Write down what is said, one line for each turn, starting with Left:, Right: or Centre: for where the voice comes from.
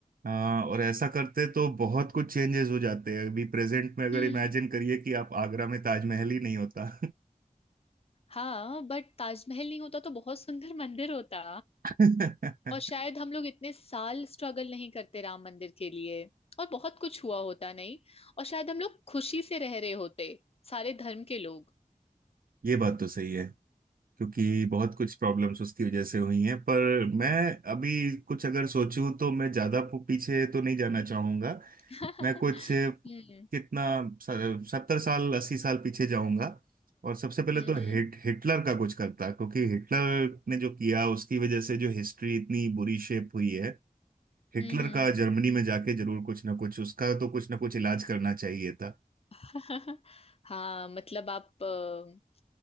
Right: आ, और ऐसा करते तो बहुत कुछ चेंजेस हो जाते हैं अभी प्रेजेंट में अगर
Left: हम्म
Right: इमेजिन करिए कि आप आगरा में ताजमहल ही नहीं होता
Left: हाँ बट ताजमहल नहीं होता तो बहुत सुंदर मंदिर होता
Right: <laughs>
Left: और शायद हम लोग इतने साल स्ट्रगल नहीं करते राम मंदिर के लिए और बहुत कुछ हुआ होता नहीं और शायद हम लोग खुशी से रह रहे होते सारे धर्म के लोग
Right: ये बात तो सही है क्योंकि बहुत कुछ प्रॉब्लम्स उसकी वजह से हुई हैं पर मैं अभी कुछ अगर सोचूं तो मैं ज़्यादा पीछे तो नहीं जाना चाहूंगा
Left: <laughs>
Right: मैं कुछ कितना
Left: हम्म
Right: सत्तर साल अस्सी साल पीछे जाऊंगा और सबसे पहले
Left: हम्म
Right: तो हिट हिटलर का कुछ करता क्योंकि हिटलर ने जो किया उसकी वजह से जो हिस्ट्री इतनी बुरी शेप हुई है हिटलर
Left: हम्म
Right: का जर्मनी में जाके जरूर कुछ ना कुछ उसका तो कुछ ना कुछ इलाज करना चाहिए था
Left: हम्म। <laughs> हाँ मतलब आप अ,